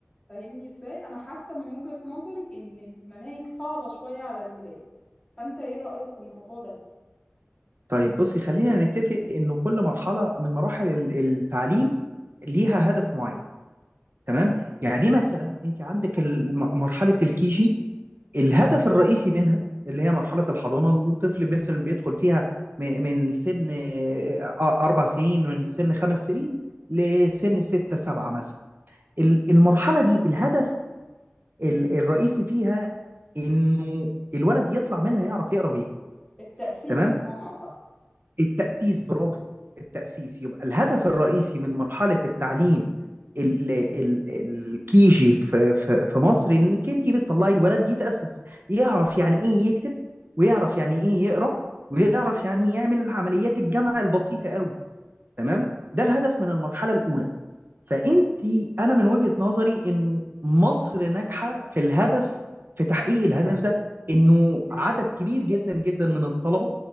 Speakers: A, on the left; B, on the right.
A: فاهمني ازاي انا حاسة من وجهة نظري ان المناهج صعبة شوية على الولاد فانت ايه رأيك في الموضوع ده
B: طيب بصي خلينا نتفق انه كل مرحله من مراحل ال- التعليم ليها هدف معين تمام يعني مثلا انت عندك الم- مرحله الكيجي الهدف الرئيسي منها اللي هي مرحلة الحضانة الطفل مثلا بيدخل فيها م- من سن آه، أربع سنين من سن خمس سنين لسن ستة سبعة مثلا ال- المرحلة دي الهدف ال- الرئيسي فيها إنه الولد يطلع منها يعرف يقرأ ويكتب
A: التأسيس
B: تمام
A: بمعنى اصح
B: التأسيس برافو التأسيس يبقى الهدف الرئيسي من مرحلة التعليم ال- ال- الكيجي في في في مصر انك انت بتطلعي الولد يتاسس يعرف يعني ايه يكتب ويعرف يعني ايه يقرا ويعرف يعني يعمل عمليات الجمع البسيطه قوي تمام ده الهدف من المرحله الاولى فانت انا من وجهة نظري انه مصر ناجحه في الهدف في تحقيق الهدف ده انه عدد كبير جدا جدا من الطلبه